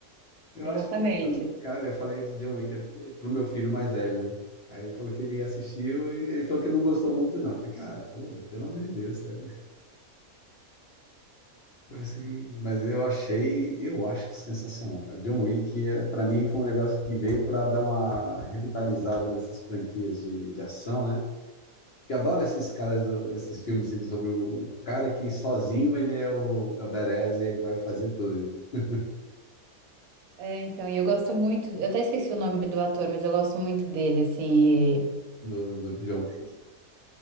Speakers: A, on the left; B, on the right.
A: Eu
B: exatamente.
A: acho que, então, cara, eu falei de John Wick eh, pro meu filho mais velho, né? Aí ele falou que ele assistiu e ele falou que não gostou muito, não. Eu falei, cara, pô, pelo amor de Deus, cara. Eu assim, Mas eu achei, eu acho sensacional, cara. John Wick, é, para mim, foi um negócio que veio para dar uma revitalizada nessas franquias de, de ação, né? Que eu adoro esses caras, do- esses filmes assim, sobre o, o cara que sozinho ele é o, é o badass e ele vai fazer tudo, né?
B: É, então, e eu gosto muito, eu até esqueci o nome do ator, mas eu gosto muito dele, assim. e-
A: Do, do John Wick.